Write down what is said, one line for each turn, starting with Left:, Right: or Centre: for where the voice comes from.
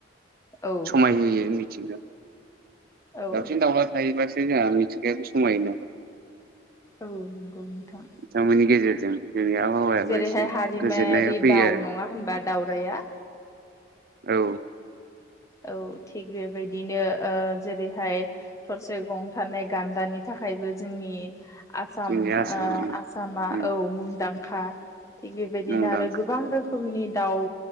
Left: औ।
Right: समायहोयो मिथिंगा
Left: औ
Right: दाउसिन दाउला थायोबासो जोंहा मिथिंगायाबो समायो ना।
Left: औ नंगौ नोंथां।
Right: बिथांमोननि गेजेरजों जोंनि आबहावायाबो
Left: जेरैहाय
Right: एसे
Left: हारिमायारि
Right: गोजोननाया फैयो
Left: दाउ नङा होनबा दावरायआ?
Right: औ
Left: औ थिग बेबायदिनो ओ जेरैहाय थरसे गं थानाय गान्दानि था थाखायबो जोंनि आसाम
Right: जोंनि आसामानो
Left: ओ आसामा
Right: उम
Left: औ मुंदांखा। थिग बेबायदिनो
Right: मुंदांखा
Left: आरो गोबां रोखोमनि दाउ